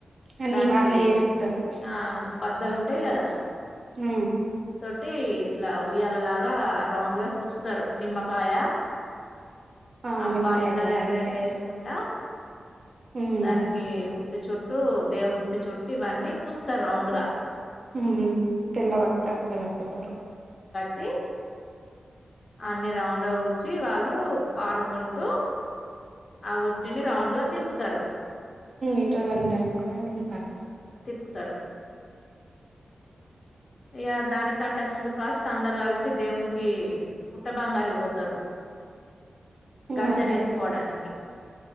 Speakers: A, on the right (about 45°); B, on the left (about 50°).
A: అన్నీ
B: దానికి
A: వాళ్ళే చేస్తారు
B: ఆ బద్దలు ఉంటాయి కదా
A: హ
B: టీ ఇట్లా ఉయ్యాలలాగా రౌండ్గా కుచ్చుతారు నిమ్మకాయ
A: ఆ
B: అప్పాలు
A: నిమ్మకాయ
B: ఇట్లా
A: కూడా
B: రెండు
A: రైటే
B: రెండు యేసుకుంటా
A: ఉమ్
B: దానికి ఉట్టి చుట్టూ దేవుని ఉట్టి చుట్టు ఇవన్నీ కూచుత్తరు రౌండ్ గా
A: మ్మ్ తెల్ల బట్ట అక్కడ కప్పుతరు
B: ట్టి అన్ని రౌండ్గ కుచ్చి వాళ్ళు పాడుకుంటూ ఆ ఉట్టిని రౌండ్ గా తింపుతరు
A: ఇంట్లో వాళ్ళు అందరం కూడా అది తిపాలే
B: ప్పుతరు ఇగ దానికంటే ముందు ప్రాసెస్ అందరు కలిసి దేవునికి పుట్టబంగారి పోతారు <inaudible> గద్దె
A: మా సైడ్
B: వేసుకోవడానికి
A: లేదు